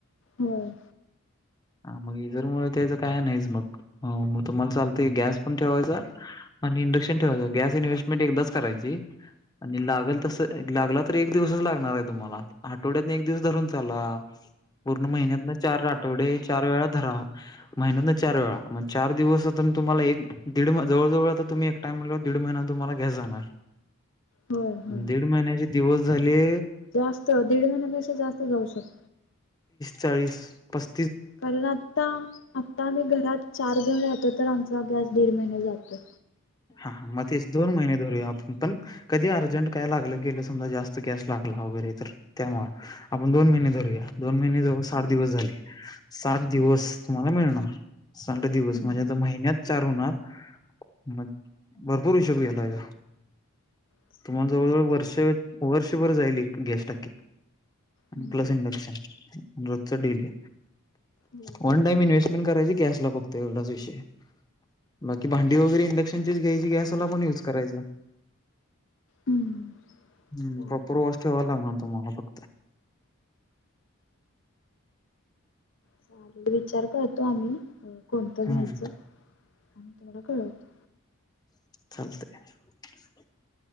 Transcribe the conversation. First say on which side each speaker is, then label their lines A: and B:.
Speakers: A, on the left (about 60°); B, on the left (about 20°).
A: होय.
B: हा म गिझर त्याचं काय नाहीच मग हा म तुम्हाला चालतय गॅस पण ठेवायचा आणि इंडक्शन ठेवायच. गॅस इन्व्हेस्टमेंट एकदाच करायची आणि लागलं तसं लागला तर एक दिवसच लागणार आहे तुम्हाला. आठवड्यात ना एक दिवस धरून चाला पूर्ण महिन्यात ना चार आठवडे चार वेळा धरा, महिन्यांतन चार वेळा मग चार दिवस तुम्हाला एक दीड जवळ जवळ तुम्ही एकटं आहे म्हटल्यावर दीड महिना तुम्हाला गॅस जाणार
A: होय होय
B: दीड महिन्याची दिवस झाले
A: जास्त दीड महिन्यापेक्षा जास्त जाऊ शक
B: चाळीस पस
A: कारण आत्ता आत्ता आम्ही घरात चार जण राहतो तर आमचा गॅस दीड महिना जातोय.
B: हा मग तेचं दोन महिने धरूया आपण पण कधी अर्जंट काय लागलं गेले समजा जास्त गॅस लागला वगैरे तर त्यामुळं आपण दोन महिने धरूया. दोन महिने जवळ साठ
A: हो हो.
B: दिवस झाले सात
A: हा
B: दिवस तुम्हाला मिळणार. <unintelligible> साठ दिवस
A: हम्म.
B: म्हणजे आता महिन्यात चार होणार म भरपूर हिशोब गेलाय हो
A: चालेल
B: तुम्हाला जवळ जवळ
A: ठीक
B: वर्ष
A: आहे.
B: वर्ष तर वर जाईल गॅस टाॅकी
A: हम्म.
B: प्लस इंडक्शन रोजचा डेली
A: हो.
B: वन टाईम इनवेस्ट मेट करायची गॅसला फक्त येवढाचं विषय आहे बाकी भांडी वगैरे इनकम इनडेक्षण ची घ्यायची गॅसला पण युज करायचं‍
A: हम्म
B: हम्म
A: चालेल.
B: प्रॉपर वाॅश ठेवाय लागणार तुम्हाला फक्त
A: चालेल विचार करतो आम्ही कोणतं
B: हम्म
A: घ्यायचं आणि तूम्हाला कळवतो
B: चालतंय